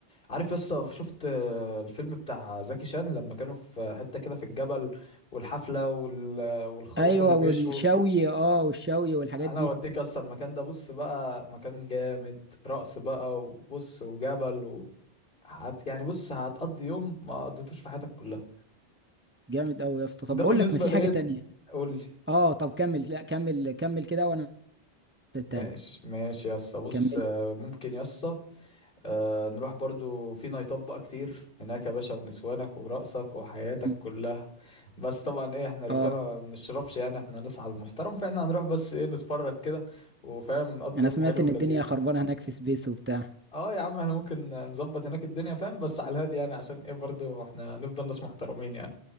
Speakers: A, on the left; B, on the right.
A: عارف يسا شفت آه، الفيلم بتاع زكي شان لما كانوا في حته كده في الجبل والحفله وال... والخروف
B: ايوه
A: اللي بيشوا
B: والشوي اه والشوي والحاجات
A: انا
B: دي
A: اوديك اصلا المكان ده بص بقى مكان جامد رقص بقى وبص وجبل و... هت... يعني بص هتقضي يوم ما قضيتوش في حياتك كلها
B: جامد قوي يا اسطى طب
A: ده
B: بقول
A: بالنسبه
B: لك ما في
A: لايه
B: حاجه تانية
A: قول
B: اه طب كمل لا كمل كمل كده وانا التاني
A: ماشي ماشي يسا بص
B: كمل
A: آه، ممكن يسا آه، نروح برضو في نايتات بقى كتير هناك يا باشا ونسوانك ورقصك وحياتك
B: مم.
A: كلها بس طبعا ايه احنا رجاله
B: اه
A: ما بنشربش يعني احنا نسعى المحترم فاحنا هنروح بس ايه نتفرج كده وفاهم نقضي
B: انا
A: يوم
B: سمعت
A: حلو
B: ان
A: ولذيذ
B: الدنيا خربانه هناك في سبيس وبتاع
A: اه يا عم احنا ممكن نظبط هناك الدنيا فاهم بس على الهادي يعني عشان ايه برضو احنا نفضل ناس محترمين يعني